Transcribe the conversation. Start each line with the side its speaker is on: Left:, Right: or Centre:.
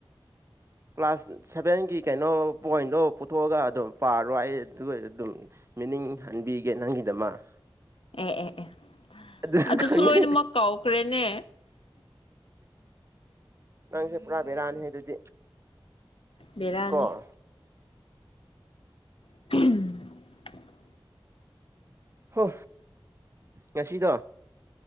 Right: ꯀ꯭ꯂꯥꯁ ꯁꯚꯦꯟꯒꯤ ꯀꯩꯅꯣ ꯄꯣꯏꯟꯗꯣ ꯄꯨꯊꯣꯛꯑꯒ ꯑꯗꯨꯝ ꯄꯥꯔꯣ ꯑꯩ ꯑꯗꯨꯒ ꯑꯗꯨꯝ ꯃꯤꯅꯤꯡ ꯍꯟꯕꯤꯒꯦ ꯅꯪꯒꯤꯗꯃꯛ
Left: ꯑꯦ ꯑꯦ ꯑꯦ
Right: ꯑꯗꯨ
Left: ꯑꯗꯨꯁꯨ
Right: ꯈꯪꯗꯦ
Left: ꯂꯣꯏꯅꯃꯛ ꯀꯥꯎꯈ꯭ꯔꯦꯅꯦ
Right: ꯅꯪꯁꯦ ꯄꯨꯔꯥ ꯕꯦꯔꯥꯅꯤꯍ‌ꯦ ꯑꯗꯨꯗꯤ
Left: ꯕ‌ꯦꯔꯥꯅ‌ꯦ
Right: ꯀꯣ
Left: <unintelligible>
Right: ꯍꯣ ꯉꯁꯤꯗꯣ